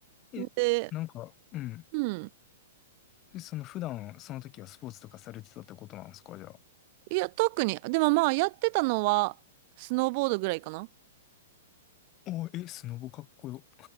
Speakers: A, on the left; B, on the right.
A: え、
B: で、
A: なんか、うん。
B: うん。
A: その普段、その時はスポーツとかされてたってことなんですか、じゃあ。
B: いや、特に、でもまあやってたのは、スノーボードぐらいかな。
A: お、え、スノボかっこよ。